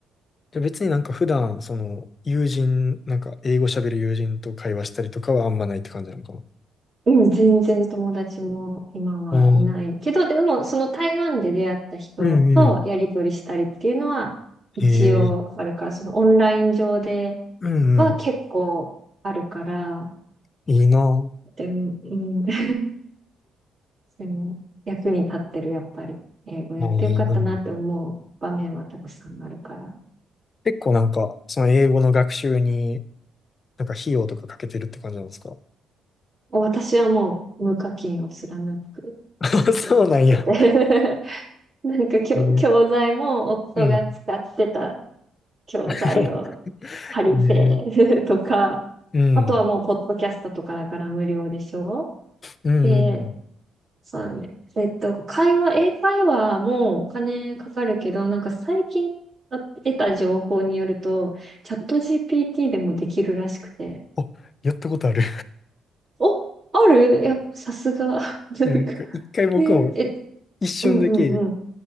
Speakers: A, on the left; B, on the right.
A: じゃあ別になんか普段、その、友人、なんか英語喋る友人と会話したりとかはあんまないって感じなのかな。
B: うん、全然友達も今はいないけど、
A: あー
B: でもその台湾で出会った人とやりとりしたりっていうのは一応あるから、
A: うんうん。へえ。
B: そのオンライン上で
A: うんうん。
B: は結構あるから、
A: いいなぁ。
B: でも、うん、<laughs> でも役に立ってる、やっぱり。英語やってよかったなって思う場面はたくさんあるから。
A: あーいいなぁ結構なんか、その英語の学習に、なんか費用とかかけてるって感じなんですか
B: 私はもう無課金を貫く決意をしてて
A: <laughs> そうなんや。
B: <laughs> なんか教、
A: ね
B: 教材も夫が使ってた
A: うん。
B: 教材を
A: <laughs>
B: 借りて
A: ね
B: <laughs> とか、<laughs>
A: うん。
B: あとはもうポッドキャストとかだから無料でしょ
A: うんうん。
B: で、そうだね。えっと、会話、英会話もお金かかるけど、なんか最近得た情報によると、チャット GPT でもできるらしくて。
A: あ、やったことある。
B: お、あるやっぱさすが。<laughs> なんか、
A: なんか一回僕も
B: え、え、
A: 一瞬だけ
B: うんうんうん。